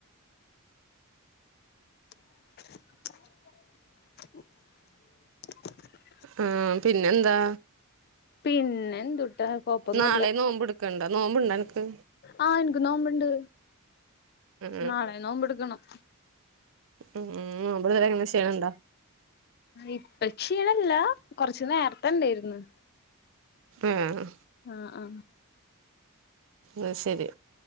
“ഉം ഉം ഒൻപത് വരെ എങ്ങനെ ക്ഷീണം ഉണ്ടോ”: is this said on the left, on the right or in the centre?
Right